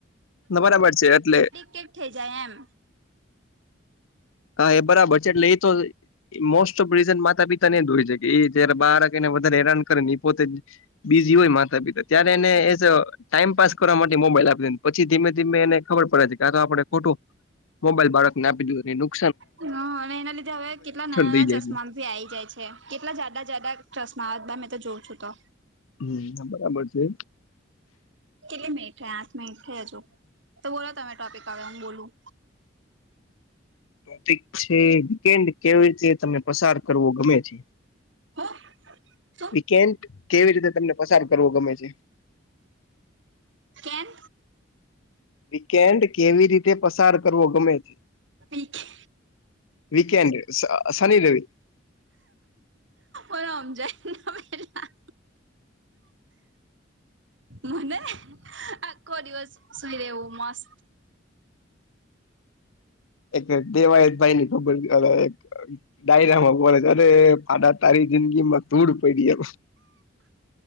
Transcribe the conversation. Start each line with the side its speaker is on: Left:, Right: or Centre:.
Left: તો બરાબર છે એટલે
Right: કઈક થઈ જાય એમ
Left: હા એ બરાબર છે, એટલે ઇ તો મોસ્ટઓફ રીઝન માતા-પિતા એ ન દોઈ શકે, ઈ તો એને જ બાળક એને વધારે હેરાન કરે ને એ પોતે બીજી હોય માતા-પિતા ત્યારે એને એ ટાઇમપાસ કરવા માટે મોબાઈલ આપી દે ને પછી ધીમે-ધીમે એને ખબર પડે છે કે, આ તો આપડે ખોટું મોબાઈલ બાળકને આપી દિધું કે ન
Right: હ.. અને એના લીધે હવે કેટલા નાના-નાના
Left: થઈ જાય
Right: ચશ્મા
Left: છે
Right: તો બી આઈ જાય છે કેટલા જાડા-જાડા ચશમા આવે તમે તો જોઉં છું તો
Left: હમ.. બરાબર છે.
Right: કેટલી મિનિટ થઈ, આઠ મિનિટ થઈ હજુ, તો બોલો તમે ટોપિક હવે હું બોલું
Left: ટોપિક છે, વિકેન્ડ કે જે હવે તમને પસાર કરવો ગમે છે.
Right: હા...
Left: વિકેન્ડ કેવી રીતે તમને પસાર કરવો ગમે છે?
Right: કેમ?
Left: વીકેન્ડ કેવી રીતે પસાર કરવો ગમે છે?
Right: પી કે
Left: વિકેન્ડ અ... શનિ-રવિ
Right: ઓ ન સમજાઈ ન ભઈલા મને, આખો દિવસ સૂઈ રેવું મસ્ત
Left: એક દેવાયતભાઈ ની ખબર નઈ હવે, એક ડાયરામાં બોલ કરે. આડા તારી જિંદગી માં ધૂડ પડી હવ